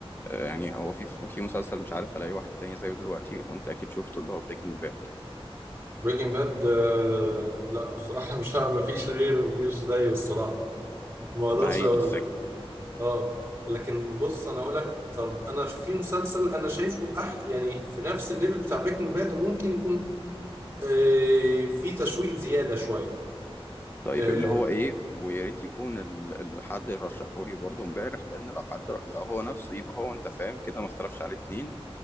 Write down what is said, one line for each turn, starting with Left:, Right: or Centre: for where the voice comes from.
Left: يعني هو في في مسلسل مش عارف الاقي واحد تاني زيه دلوقتي وانت اكيد شفته اللي هو بريكنج باد
Right: بريكنج باد آه لا الصراحه مش ه- مفيش غيره مفيش زيه الصراحه ما اقدرش
Left: ما هي
Right: اقول
Left: دي الفكرة
Right: لك اه لكن بص انا اقول لك طب انا في مسلسل انا شايفه أح يعني في نفس الليفل بتاع بريكنج باد وممكن يكون آه في تشويق زياده شويه
Left: طيب
Right: آه
Left: اللي هو ايه ويا ريت يكون ال- اللي حد رشحه لي برضه امبارح لان لو حد لو هو نفسه يبقى هو انت فاهم كده ما اختلفش عليه اتنين